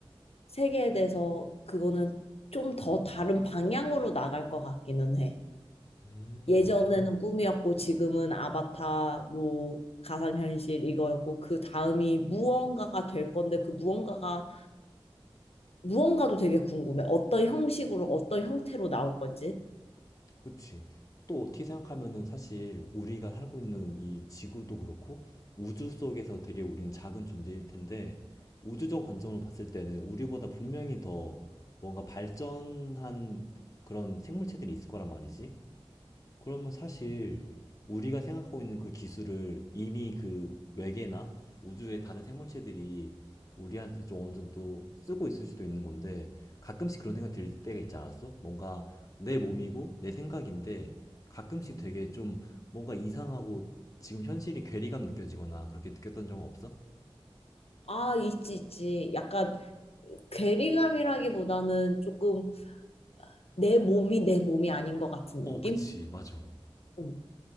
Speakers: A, on the left; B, on the left.
A: 세계에 대해서 그거는 좀 더 다른 방향으로 나갈 것 같기는 해.
B: 음.
A: 예전에는 꿈이었고 지금은 아바타 뭐 가상현실 이거였고 그 다음이 무언가가 될 건데 그 무언가가 무언가도 되게 궁금해. 어떤 형식으로 어떤 형태로 나올 건지.
B: 그치. 또 어떻게 생각하면은 사실 우리가 살고 있는 이 지구도 그렇고 우주 속에서 되게 우리는 작은 존재일 텐데 우주적 관점으로 봤을 때는 우리보다 분명히 더 뭔가 발전한 그런 생물체들이 있을 거란 말이지. 그러면 사실 우리가 생각하고 있는 그 기술을 이미 그 외계나 우주의 다른 생물체들이 우리한테 좀 어느 정도 쓰고 있을 수도 있는 건데 가끔씩 그런 생각 들 때가 있지 않았어? 뭔가 내 몸이고 내 생각인데 가끔씩 되게 좀 뭔가 이상하고 지금 현실이 괴리감 느껴지거나 그렇게 느꼈던 적은 없어?
A: 아, 있지, 있지. 약간 괴리감이라기보다는 조금 내 몸이 내 몸이 아닌 것 같은 느낌?
B: 어, 그치, 맞아.
A: 어,